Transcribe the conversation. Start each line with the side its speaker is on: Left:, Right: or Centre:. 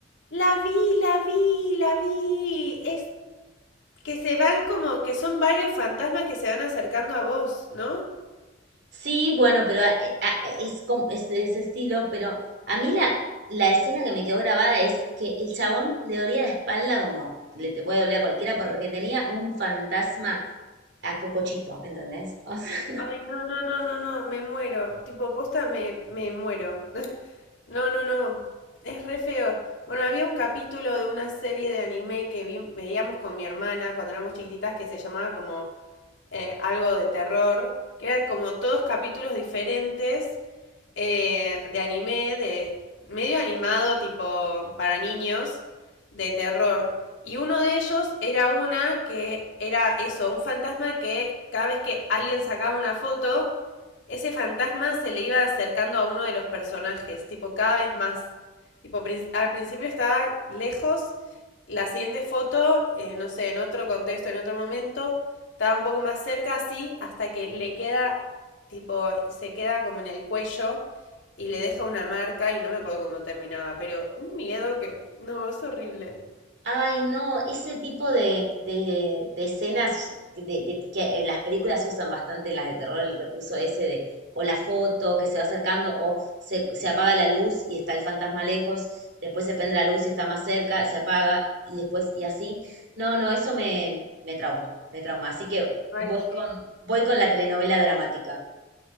Left: La vi, la vi, la vi. Es Que se van como, que son varios fantasmas que se van acercando a vos, ¿no?
Right: Sí, bueno, pero a- eh, a- es, com- es de ese estilo, pero a mí la, la escena que me quedó grabada es que el chabón le dolía la espalda como le te puede doler a cualquiera porque tenía un fantasma a Cocochito, ¿entendés? <laughs>
Left: Ay, no, no, no, no, no, me muero. Tipo, posta, me, me muero. <laughs> No, no, no. Es re feo. Bueno, había un capítulo de una serie de anime que vi- veíamos con mi hermana cuando éramos chiquititas que se llamaba como eh, algo de terror, que eran como todos capítulos diferentes eh, de anime, de medio animado, tipo para niños, de terror. Y uno de ellos era una que era eso, un fantasma que cada vez que alguien sacaba una foto, ese fantasma se le iba acercando a uno de los personajes, tipo cada vez más. Tipo, al principio estaba lejos, la siguiente foto, eh, no sé, en otro contexto, en otro momento, estaba un poco más cerca así hasta que le queda, tipo, se queda como en el cuello y le deja una marca y no me acuerdo cómo terminaba, pero un miedo que, no, es horrible.
Right: Ay, no, ese tipo de, de, de escenas de, de- que eh, las películas usan bastante las de terror, el recurso ese de o la foto que se va acercando o se, se apaga la luz y está el fantasma lejos, después se prende la luz y está más cerca, se apaga y después y así. No, no, eso me, me trauma, me trauma. Así que
Left: Ay,
Right: voy
Left: sí.
Right: con, voy con la telenovela dramática.